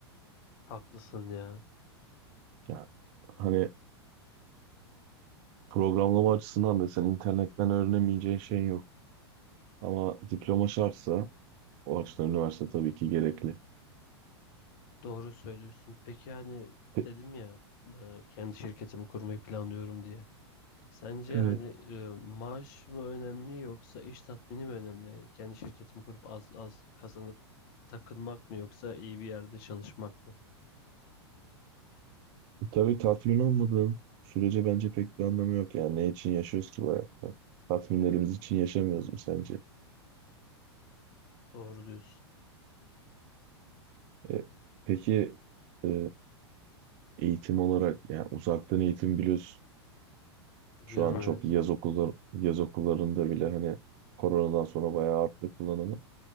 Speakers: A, on the left; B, on the right.
A: Haklısın ya.
B: Yani hani programlama açısından da sen internetten öğrenemeyeceğin şey yok. Ama diploma şartsa o açıdan üniversite tabii ki gerekli.
A: Doğru söylüyorsun. Peki yani
B: E-
A: dedim ya e, kendi şirketimi kurmayı planlıyorum diye. Sence
B: Evet.
A: hani e, maaş mı önemli yoksa iş tatmini mi önemli? Yani kendi şirketimi kurup az az kazanıp takılmak mı yoksa iyi bir yerde çalışmak mı?
B: E, Tabii tatmin olmadığın sürece bence pek bir anlamı yok. Yani ne için yaşıyoruz ki bu hayatta? Tatminlerimiz için yaşamıyoruz mu sence?
A: Doğru diyorsun.
B: E, peki e, eğitim olarak yani uzaktan eğitim biliyorsun.
A: Biliyorum
B: Şu an çok
A: evet.
B: yaz okulları, yaz okullarında bile hani koronadan sonra bayağı arttı kullanımı.